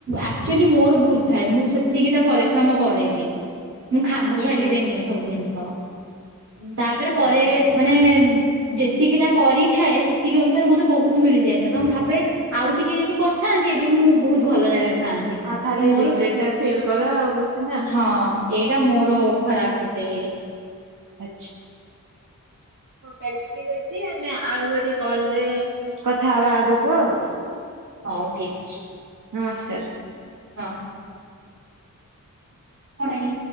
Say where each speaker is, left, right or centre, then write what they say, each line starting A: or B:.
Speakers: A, on the right; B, on the right.
A: ଆକ୍ଚୁଆଲି ମୋର ଭୁଲ ଥାଏ ମୁଁ। ସେତିକି ଟା ପରିଶ୍ରମ କରେନି। ମୁଁ ଖାମଖିଆଲି
B: ଓହୋ
A: ରେ ନିଏ ସବୁ ଜିନିଷ ତାପରେ
B: ଥ୍ୟାଙ୍କ
A: ପରେ ମାନେ ଯେତିକି ଟା କରିଥାଏ। ସେତିକି ଅନୁସାରେ ମତେ ବହୁତ ମିଳିଯାଇଥାଏ। ତମେ ଭାବେ ଆଉ ଟିକେ ଯଦି କରିଥାନ୍ତି। ଏବେ ମୁଁ ବହୁତ ଭଲ ଜାଗାରେ ଥାନ୍ତି।
B: ଆଉ ଖାଲି
A: ମୋର
B: ରିଗ୍ରେଟ
A: <unintelligible>
B: ଟା ଫିଲ୍ କର ଆଉ ନା।
A: ହଁ। ଏଇଟା ମୋର ଖରାପ ଗୋଟେ ଇଏ।
B: ହଉ ତାହେଲେ ଠିକ ଅଛି। ଆମେ ଆଉ ଗୋଟେ କଲରେ କଥା ହବା ଆଗକୁ ଆଉ।
A: ହଉ ଠିକ୍ ଅଛି।
B: ନମସ୍କାର।
A: ହଁ। କଣାଇ।